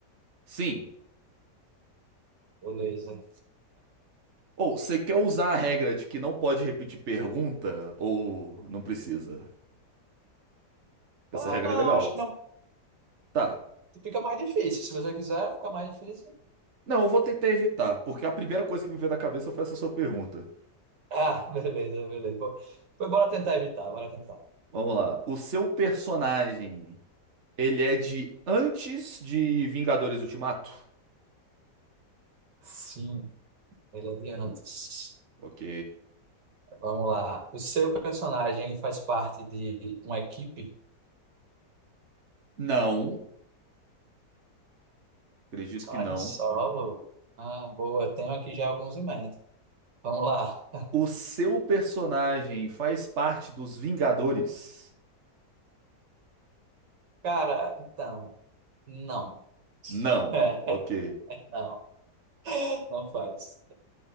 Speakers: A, on the right; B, on the right.
A: Sim.
B: Beleza.
A: Ou você quer usar a regra de que não pode repetir pergunta ou não precisa? Essa
B: Ah,
A: regra
B: não,
A: é legal.
B: acho que não.
A: Tá.
B: Fica mais difícil. Se você quiser, fica mais difícil.
A: Não, eu vou tentar evitar, porque a primeira coisa que me veio na cabeça foi essa sua pergunta.
B: Ah, <laughs> beleza, beleza. Bo- Pois bora tentar evitar, bora tentar.
A: Vamos lá. O seu personagem, ele é de antes de Vingadores Ultimato?
B: Sim, ele é de antes.
A: Ok.
B: Vamos lá. O seu personagem, ele faz parte de uma equipe?
A: Não, acredito
B: Personagem
A: que não.
B: solo. Ah, boa. Tenho aqui já alguns em mente. Vamos lá.
A: O seu personagem faz parte dos Vingadores?
B: Cara, então, não.
A: Não,
B: <laughs>
A: ok.
B: não, não faz.